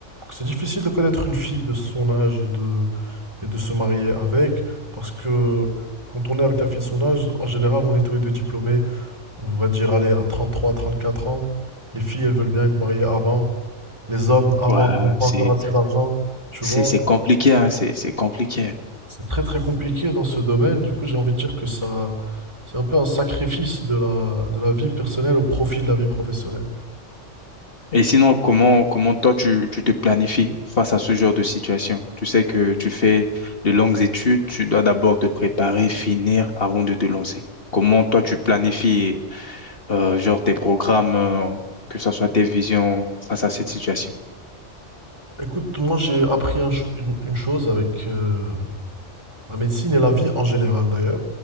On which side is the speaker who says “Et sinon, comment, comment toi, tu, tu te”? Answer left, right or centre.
Left